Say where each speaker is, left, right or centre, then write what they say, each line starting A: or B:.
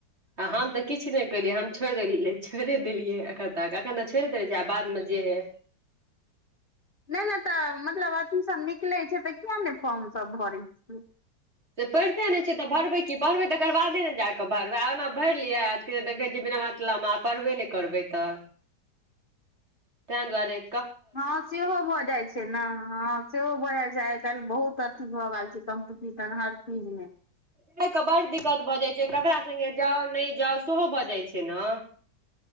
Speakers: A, on the right (about 35°); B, on the left (about 30°).
A: आ हम तऽ किछ नै केलियै हम छोड़ देलै छोड़ देलियै एखन तक एखन तक छोड़े देले छै आ बाद मे जे हे
B: नै नै तऽ मतलब अथी सब निकलै छै तऽ किया नै फॉर्म सब भरै छिय
A: से पढ़िते नै छियै तऽ भरबै क पढ़बै तकर बादे न जा कऽ भरबै ओना भरि लियै <unintelligible> देखै छी बिना मतलब आब पढ़बे नइ करबै तऽ
B: <inaudible>
A: तें द्वाआरे
B: हँ सेहो भज जाइ छै छैन ह सेहो भऽ जा छै आइ काइल बहुत अथी भऽ गेल छै कम्पिटिशन हर चीज मे
A: घुमय क बड़ दिक्कत भऽ जाइ छै ककरा सङ्गे जाउ नइ जाउ सेहो भऽ जाइ छै न